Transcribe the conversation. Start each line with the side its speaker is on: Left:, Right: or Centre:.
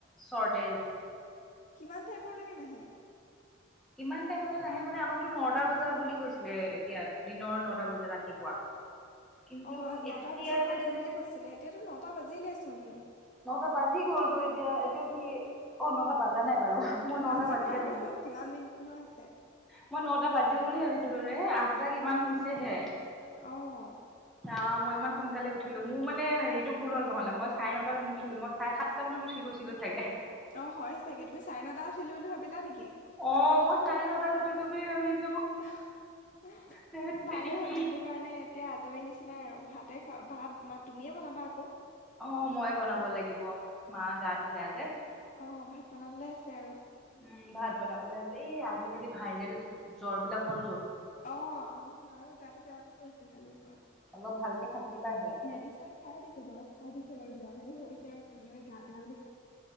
Centre: ছৰতেজ।
Left: কিমান টাইমৰলৈকে নাহে
Centre: কিমান টাইমলৈ নাহে মানে আমাকতো নটা বজা বুলি কৈছিলে এতিয়া দিনৰ নটা বজা ৰাতিপুৱা। কিন্তু
Left: অঁ নটাৰ
Centre: এতিয়ালেতো
Left: পিছৰ পৰা দিম বুলি কৈছিলে এতিয়াতো নটা বাজিলেচোন।
Centre: নটা বাজি গ'লতো এতিয়া এতিয়া কি অ', নটা বাজা নাই। বাৰু মই নটা
Left: বাজিব
Centre: বাজিলে
Left: আৰু <unintelligible> আছে।
Centre: মই নটা বাজিব বুলি ভাবিছিলো ৰে আঠটা কিমান হৈছেহে।
Left: অঁ।
Centre: অঁ মই ইমান সোনকালে উঠিলো মোৰ মানে হেৰিটো ভুল হ'ল নহ'লে মই চাৰে নটাত নোঠিলো মই চাৰে সাতটা মানত উঠি গৈছিলো চাগে
Left: অঁ হয় চাগে তুমি চাৰে নটাত উঠিলো বুলি ভাবিলা নেকি?
Centre: অঁ মই চাৰে নটাত উঠিছো বুলি ভাবিছো।
Left: ভালেই
Centre: ধেত তেৰিকি
Left: হ'ল দিনটোৰ কাৰণে এতিয়া আজৰি নিচি নাই আৰু ভাতে খা ভাত মা তুমিয়ে বনাবা আকৌ
Centre: অ মইয়ে বনাব লাগিব, মাৰ গাটো বেয়া যে
Left: অ ভাত বনাবলে আছে আৰু
Centre: উম ভাত বনাবলৈ আছে এই আজিকালি ভাইৰেল জ্বৰ বিলাকবৰ
Left: অ আমাৰ মাৰো গাটো বেয়া বুলি কৈছে কালিৰ পৰা।
Centre: অলপ ভালকে থাকিবাহে
Left: মেডিচিন খাই দিছে ধৰক খাই দিছে বাৰু যোৱাকালি হৈছে আৰু এনেই গা বেয়া বুলি